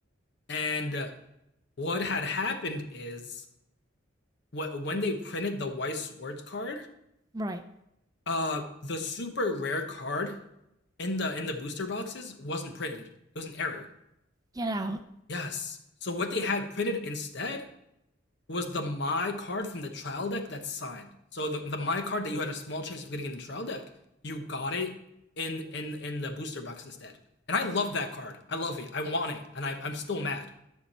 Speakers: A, on the left; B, on the right.
A: And uh, what had happened is wh- when they printed the White Swords card,
B: Right.
A: uh, the super rare card in the in the booster boxes wasn't printed. It was an error.
B: Get out.
A: Yes. So what they had printed instead was the my card from the trial deck that's signed. So the, the my card that you had a small chance of getting in the trial deck, you got it in in in the booster box instead. And I love that card. I love it. I want it, and I, I'm still mad.